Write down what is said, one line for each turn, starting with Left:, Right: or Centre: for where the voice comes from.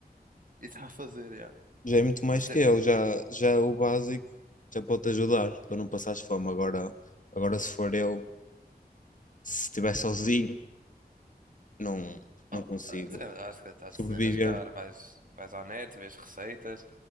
Right: e tá a fazer, já.
Left: já é muito mais
Right: Mas te...
Left: que eu, já, já é o básico já pode te ajudar para não passares fome. Agora, agora se for eu, se estiver sozinho, não,
Right: oh,
Left: não consigo
Right: ah, desenrasca, estás
Left: sobreviver.
Right: a desenrascar. Vais, vais à net, vês receitas,